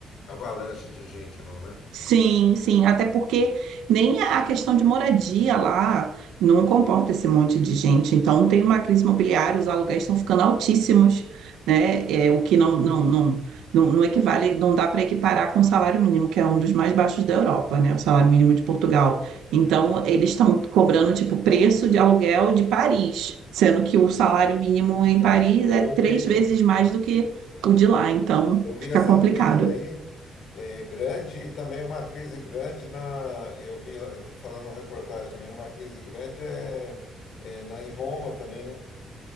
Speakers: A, on the left; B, on the right.
A: avalanche de gente, não, né?
B: Sim, sim, até porque nem a questão de moradia lá não comporta esse monte de gente. Então tem uma crise imobiliária, os aluguéis estão ficando altíssimos, né? É, o que não, não, não, não, não equivale, não dá para equiparar com o salário mínimo, que é um dos mais baixos da Europa, né? O salário mínimo de Portugal. Então eles estão cobrando tipo preço de aluguel de Paris, sendo que o salário mínimo em
A: Tá.
B: Paris
A: Eu,
B: é
A: eu
B: três
A: vi, eu,
B: vezes mais do que
A: é,
B: o de lá. Então
A: eu vi
B: fica
A: essa
B: complicado.
A: crise aí, é, grande, e também uma crise grande na. Eu vi lá, eu tô falando uma reportagem também, uma crise grande é, é na, em Roma também, né?